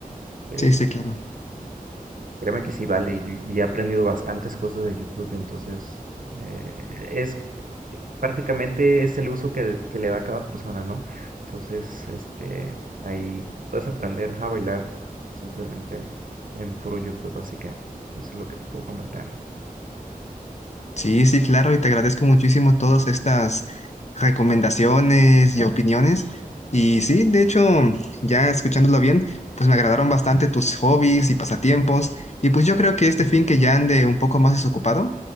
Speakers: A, on the right; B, on the left.
A: Eh,
B: Sí, sí, claro.
A: créeme que sí vale, y, y he aprendido bastantes cosas de YouTube, entonces eh, es prácticamente es el uso que, que le da cada persona, ¿no? Entonces, este, ahí puedes aprender a bailar simplemente en puro YouTube, así que eso es lo que te puedo comentar.
B: Sí, sí, claro, y te agradezco muchísimo todas estas recomendaciones y opiniones. Y sí, de hecho, ya escuchándolo bien, pues me agradaron bastante tus hobbies y pasatiempos. Y pues yo creo que este fin que ya ande un poco más desocupado,